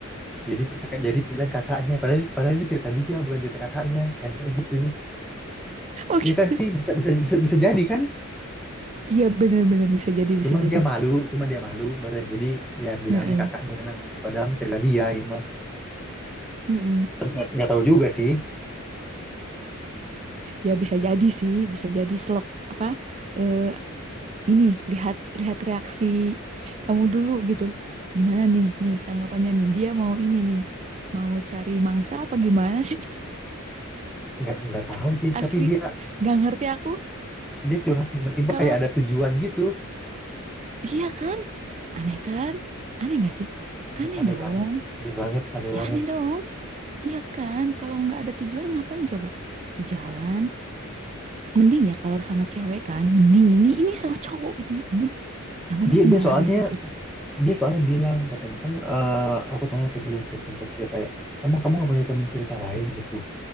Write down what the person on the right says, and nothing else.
<laughs> oh gitu
iya bener-bener bisa jadi bisa
jadi
Heeh.
Mm-mm.
ya bisa jadi sih bisa jadi slok apa eh, ini lihat lihat reaksi kamu dulu gitu. Gimana nih nih tanggapannya nih dia mau ini nih mau cari mangsa apa gimana sih?
<laughs>
Asli
gak ngerti aku
kalau
iya kan aneh kan? Aneh gak sih?
Aneh
dong.
Ya
aneh dong. Iya kan kalau nggak ada tujuan ngapain coba di jalan? Mending ya kalau sama cewek kan, mending ini ini sama cowok gitu ya ampun. Ya ampun
aku
nggak
habis pikir.